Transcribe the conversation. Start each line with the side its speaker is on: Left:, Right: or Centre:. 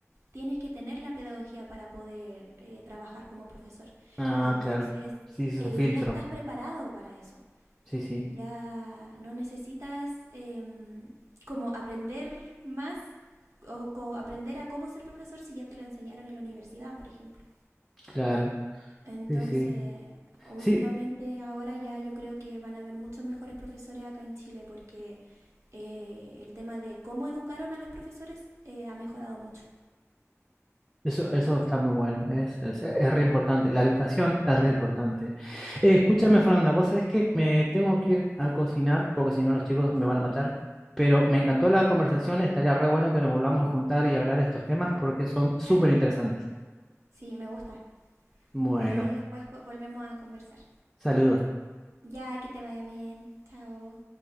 Right: Tienes que tener la pedagogía para poder eh, trabajar como profesor.
Centre: Ah,
Right: Entonces,
Centre: claro, sí, es un
Right: eh,
Centre: filtro,
Right: ya estás preparado para eso.
Centre: sí, sí,
Right: Ya no necesitas em, como aprender más o co- aprender a cómo ser profesor si ya te lo enseñaron en la universidad, por ejemplo.
Centre: claro,
Right: Entonces,
Centre: sí, sí.
Right: últimamente
Centre: Sí,
Right: ahora ya yo creo que van a haber muchos mejores profesores acá en Chile porque eh, el tema de cómo educaron a los profesores eh, ha mejorado mucho.
Centre: Eso, eso está muy bueno, es, es, es re importante, la educación
Right: Ujú,
Centre: es re importante. Eh, escúchame,
Right: sí.
Centre: Fernanda, vos sabés que me tengo que ir a cocinar, porque si no los chicos me
Right: Oh,
Centre: van a matar, pero me encantó la conversación, estaría re bueno que nos volvamos a juntar y hablar de estos temas porque son súper
Right: claro.
Centre: interesantes.
Right: Sí, me gusta.
Centre: Bueno,
Right: Ahí después po- volvemos a conversar.
Centre: saludos.
Right: Ya, que te vaya bien. Chao.